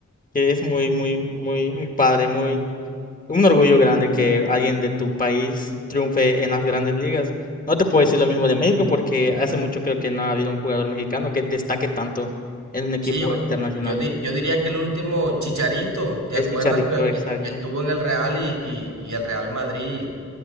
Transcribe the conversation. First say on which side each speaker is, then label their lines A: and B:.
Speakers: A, on the left; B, on the right.
A: que es muy, muy, muy, muy padre, muy, un orgullo grande que alguien de tu país triunfe en las grandes ligas. No te puedo decir lo mismo de México porque hace mucho creo que no ha habido un jugador mexicano que destaque tanto en un equipo
B: Sí, yo,
A: internacional.
B: yo, yo di- yo diría que el último Chicharito, ¿te
A: El
B: acuerdas
A: Chicharito,
B: que, que-
A: exacto.
B: que estuvo en el Real y, y- y el Real Madrid?